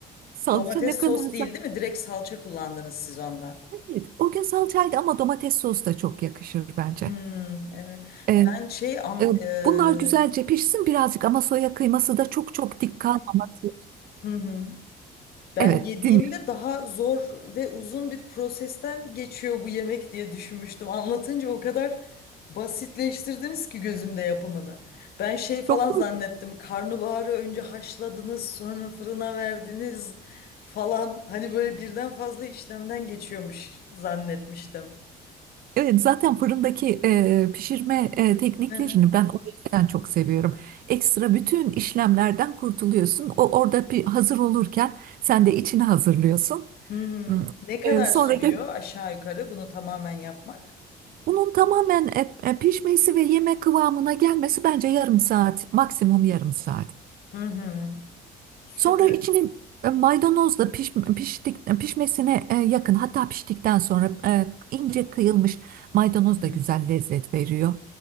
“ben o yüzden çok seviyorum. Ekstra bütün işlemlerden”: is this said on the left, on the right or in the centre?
Right